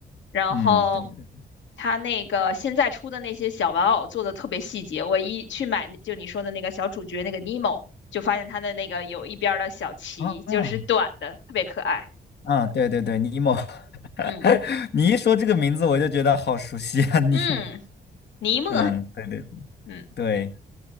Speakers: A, on the left; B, on the left.
A: 然后。
B: 嗯对对，
A: 它那个现在出的那些小玩偶做的特别细节，我一去买就你说的那个小主角那个尼莫，就发现它的那个有一边儿的小鳍就是短的，
B: 啊啊
A: 特别可爱。
B: 啊，对对对，尼莫，<laughs>
A: 嗯
B: 你一说这个名字我就觉得好熟悉啊，尼莫，
A: 嗯，尼莫，
B: 嗯，对对
A: 嗯，
B: 对。